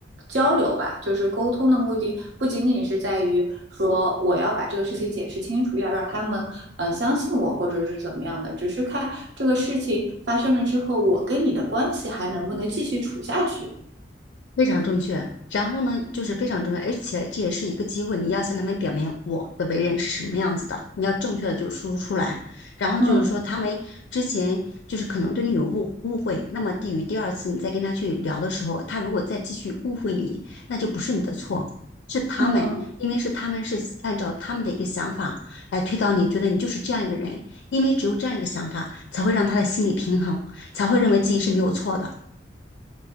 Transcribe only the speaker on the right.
交流吧，就是沟通的目的不仅仅是在于说我要把这个事情解释清楚，要让他们呃相信我或者是怎么样的，只是看这个事情发生了之后，我跟你的关系还能不能继续处下去。
嗯
嗯